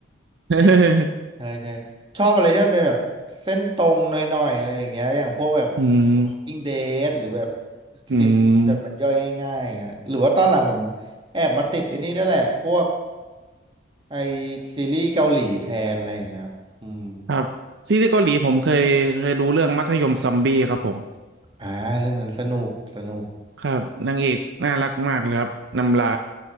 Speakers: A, on the right; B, on the right.
A: <laughs>
B: ใช่ใช่ชอบอะไรที่มันเป็นแบบเส้นตรงหน่อยๆอะไรอย่างเงี้ยอย่างพวกแบบ
A: อืม
B: Walking Dead หรือแบบ
A: อืม
B: ซีรีส์แบบมันย่อยง่ายๆอย่างเงี้ยหรือว่าตอนหลังผมแอบมาติดไอ้นี่ด้วยแหละพวกไอซีรีส์เกาหลีแทนอะไรอย่างเงี้ยครับอืม
A: ครับซีรีส์เกาหลีผมเคยเคยดูเรื่องมัธยมซอมบี้ครับผม
B: อ่าเรื่องนั้นสนุกสนุก
A: ครับนางเอกน่ารักมากเลยครับนำลา